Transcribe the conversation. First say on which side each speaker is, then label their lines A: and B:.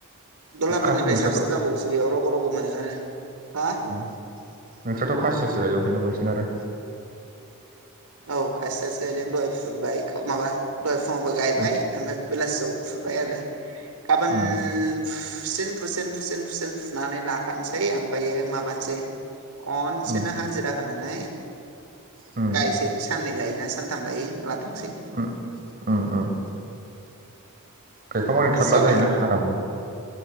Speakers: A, on the right (about 75°); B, on the right (about 40°).
A: दलाफोरनिफ्राय
B: आरो खा नोंस्राथ'
A: साबसिन जाबावोसो बेयाव रग' रग' मोनो आरो हा?
B: उम नोंस्राथ' खासियासो गायजोबखायो ना बांसिन आरो।
A: औ खासियासे गायदों दहाय फुबाय माबा दहाय फुङावबो गायबाय
B: उम
A: ओमफ्राय बेलासियाव फुबाय आरो गाबोन
B: उम
A: फुसिन फुसिन फुसिन फुसिन फुनानै लाखानोसै ओमफ्रायो माबानोसै खनसेनो
B: उम
A: हाजिरा होनानै
B: उम
A: गायसै साननै लायोना सानथाम लायो लाथोंसै।
B: उ उम उम। गायखांबानो
A: नोंस्रालाय
B: थारला जायोना आरामनो।